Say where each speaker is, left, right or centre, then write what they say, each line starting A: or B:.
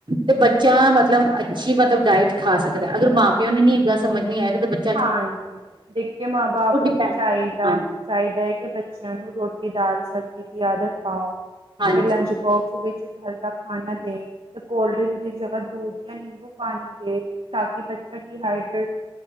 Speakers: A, on the right (about 60°); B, on the right (about 75°).
A: 'ਤੇ ਬੱਚਾ ਮਤਲਬ ਅੱਛੀ ਮਤਲਬ ਡਾਈਟ ਖਾ ਸਕਦਾ ਅਗਰ ਮਾਂ ਪਿਓ ਨੂੰ ਨੀ ਏ ਗੱਲ ਸਮਝ ਨੀ ਆਏਗਾ 'ਤੇ ਬੱ
B: ਹਾਂਜੀ ਇਕ ਏ ਮਾਂ ਬਾਪ ਨੂੰ
A: ਡਿਪੈਂਡ
B: ਵੀ ਚਾਈ ਦਾ,
A: ਹਾਂਜੀ
B: ਚਾਈਦਾ ਐ ਕਿ ਬੱਚਿਆਂ ਨੂੰ ਰੋਟੀ, ਦਾਲ, ਸਬਜ਼ੀ ਦੀ ਆਦਤ ਪਾਓ
A: ਹਾਂਜੀ
B: 'ਤੇ ਲੰਚ ਬੋਕਸ ਵਿੱਚ ਘਰ ਦਾ ਖਾਣਾ ਦੇ 'ਤੇ ਕੋਲਡ ਡਰਿੰਕ ਦੀ ਜਗਾ ਦੂਧ ਜਾਂ ਨਿੰਬੂ ਪਾਣੀ ਦੇ ਤਾਂ ਕਿ ਬੱਚਾ ਡੀ ਹਾਈਡਰ